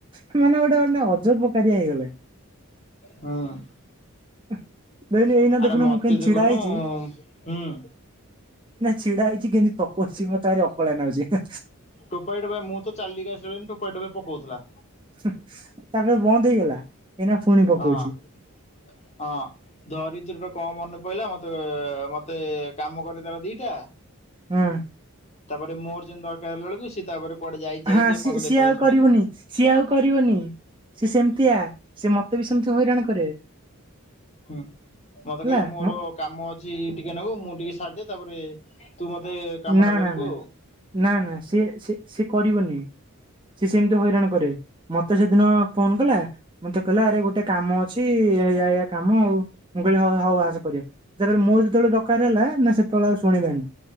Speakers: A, on the right (about 20°); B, on the left (about 30°).
A: ହେଁ ମାନେ ଗୋଟେ ଗୋଟେ ଅଜ ପକାରିଆ ହେଇଗଲେନି
B: ହୁଁ
A: ଏଇନା
B: ଆରେ
A: ଦେଖୁନୁ
B: ମତେ
A: ମୁଁ କେମିତି
B: ଦେଖୁନୁ
A: ଛିଡା ହେଇଛି ହଁ।
B: ହୁଁ
A: ଛିଡା ହେଇଛି କେମିତି ପକଉଛି ମତେ ବାରି ଅକଳା ନାଗୁଚି ହୁଁ।
B: ଟୋପାଏ ଟୋାପାଏ ମୁଁ ତ ଚାଲିକି ଆସିଲେ ଟୋପାଏ ଟୋପାଏ ପକଉଥିଲା।
A: ହୁଁ ତାପରେ ବନ୍ଦ ହେଇଗଲା। ଏଇନା ପୁଣି ପକଉଛି
B: ହଁ <inaudible> ହଁ ଧରିତ୍ରୀ କଣ ମନେ ପଇଲା। ତୋଅ ମତେ କାମ କରିଦେବ ଦିଇଟା।
A: ହୁଁ।
B: ତାପରେ ମୋର ଯେନ୍ ଦରକାର ହେଲା ଳକୁ ସେ ତାପରେ। କୁଆଡେ ଯାଇଛି ଯାଇଛି
A: ହଁ
B: ଏପର୍ଯ୍ୟନ୍ତ
A: ସିଏ ସିଏ
B: ଦେଖା ଦର୍ଶନ
A: ଆଉ କରିବୁନି
B: ନାହିଁ ତାର
A: ସିଏ ଆଉ କରିବୁନି ସିଏ ସେମିତିଆ। ସେମତେ ବି ସେମିତି ହଇରାଣ କରେ।
B: ହୁଁ ମତେ
A: ହେଲା
B: କହିଲେ ମୋର
A: ମ
B: କାମ ଅଛି ଟିକେ ନାଗ ମୁଁ ଟିକେ ଛାଡ଼ିଦେଇ ତାପରେ ତୁ ମତେ କାମଟା
A: ନା
B: କରିବୁ
A: ନା ନା
B: ଆଉ।
A: ନା ନା ସିଏ ସିଏ କରିବନି ସିଏ ସେମିତି ହଇରାଣ କରେ ମତେ ସେଦିନ ଫୋନ କଲା। ମତେ କଲା ଆରେ ଗୋଟ ଗୋଟେ କାମ ଅଛି ହେଇଆ। କାମ ଆଉ ମୁଁ କହିଲି ହଉ ହଉ ଆସ କରିବା ସେପରେ ମୁଁ ଯେତେବେଳେ ଦରକାର ହେଲା ନା ସେତେବେଳେ ଆଉ ଶୁଣିଲାନି।